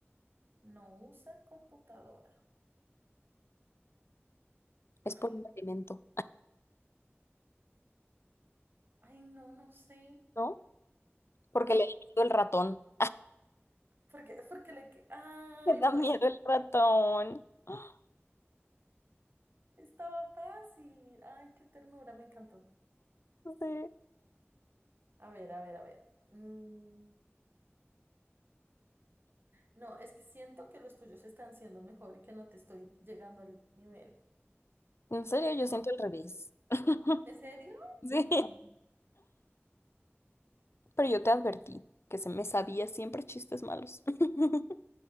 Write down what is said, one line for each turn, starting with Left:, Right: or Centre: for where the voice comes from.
Right: no usa computadora?
Left: Es
Right: Ay,
Left: por un alimento,
Right: ay, no, no sé.
Left: ¿no? Porque
Right: No,
Left: le da miedo el ratón.
Right: porque, porque le que, ay,
Left: <laughs> Le da
Right: porque
Left: miedo el ratón. <gasps>
Right: estaba fácil. Ay, qué ternura, me encantó.
Left: Sí.
Right: A ver, a ver, a ver. Mm, No, es que siento que los tuyos están siendo mejor y que no te estoy llegando al nivel.
Left: En serio, yo
Right: No,
Left: siento el revés.
Right: sí.
Left: <laughs>
Right: ¿En serio?
Left: Sí.
Right: Ah,
Left: Pero yo te advertí que se me sabía siempre chistes malos. <laughs>